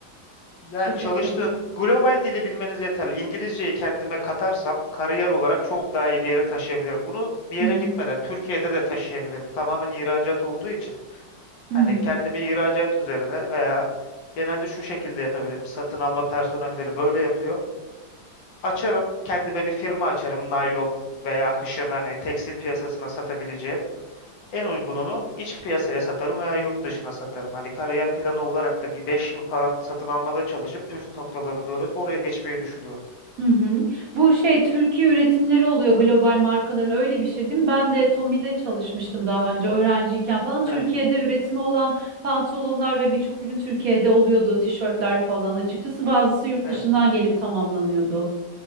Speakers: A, on the left; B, on the right.
A: Yani
B: şirket
A: çalıştığın
B: bazında?
A: global dili bilmeniz yeterli. İngilizceyi kendime katarsam kariyer olarak çok daha iyi bir yere taşıyabilirim. Bunu bir yere
B: Hı hı.
A: gitmeden Türkiye'de de taşıyabilirim. Tamamen ihracat olduğu için.
B: Hı
A: Hani
B: hı.
A: kendimi ihracat üzerine veya genelde şu şekilde yapabilirim. Satın alma personelleri böyle yapıyor. Açarım, kendime bir firma açarım. Naylon veya hışır hani tekstil piyasasına satabileceğim. En uygununu iç piyasaya satarım veya yurt dışına satarım. Hani kariyer planı olarak da bir 5 yıl falan satın almada çalışıp püf noktaları doğru, öğrenip oraya geçmeyi düşünüyorum.
B: Hı hı. Bu şey Türkiye üretimleri oluyor global markaların öyle bir şey değil mi? Ben de Tommy'de çalışmıştım daha önce öğrenciyken falan. Türkiye'de
A: Evet,
B: üretimi olan pantolonlar ve birçok ürün Türkiye'de oluyordu. Tişörtler falan açıkçası bazısı yurt
A: evet.
B: dışından gelip tamamlanıyordu.